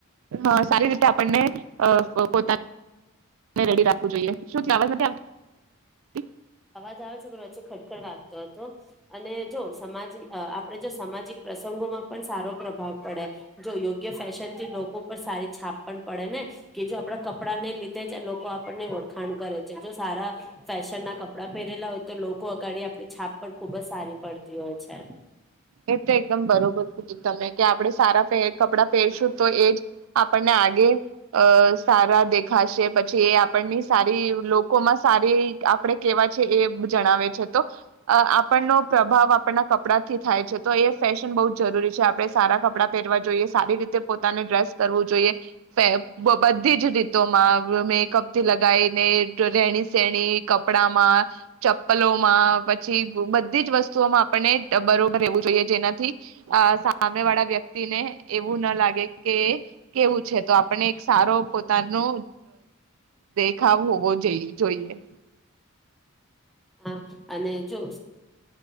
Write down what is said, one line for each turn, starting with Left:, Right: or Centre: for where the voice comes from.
Right: હા સારી રીતે આપણને અ પોતા. રેડી રાખવું જોઈએ, શું <unintelligible> છે?
Centre: અવાજ આવે છે, પણ વચ્ચે ખડખડ વાગતો હતો. અને જો સમાજ, આપડે જો સામાજિક પ્રસંગોમાં પણ સારો પ્રભાવ પડે. જો યોગ્ય ફેશનથી લોકો પર સારી છાપ પણ પડે ને, કે જો આપણા કપડાંને લીધે જ લોકો આપણને ઓળખાણ કરે છે. જો સારા ફેશનના. <unintelligible> કપડાં પહેરેલા હોય તો લોકો આગળ આપણી છાપ પણ ખૂબ જ સારી પડતી હોય છે.
Right: એ તો એકદમ બરોબર કહ્યું તમે કે આપડે સારા કપડાં પહેરશું. તો એ જ આપણને આગે. અ સારા દેખાશે, પછી એ આપણની સારી લોકોમાં, સારી આપણે કેવા છે એ જણાવે છે, તો આપણનો પ્રભાવ આપણના કપડાથી. થાય છે, તો એ ફેશન બહુ જરૂરી છે. આપડણે સારા કપડાં પહેરવા જોઈએ, સારી રીતે પોતાને ડ્રેસ કરવું જોઈએ, બધી જ રીતોમાં મેકઅપથી લગાવીને રહે. <unintelligible> કપડામાં. ચપ્પલોમાં, પછી બધી જ વસ્તુઓમાં આપણને બરોબર. રહેવું જોઈએ, જેનાથી સામે વાળા વ્યક્તિને એવું ના લાગે કે કેવું છે. તો આપણને એક સારો પોતાનો દેખાવ હોવો જોઈએ.
Centre: હા, અને જો.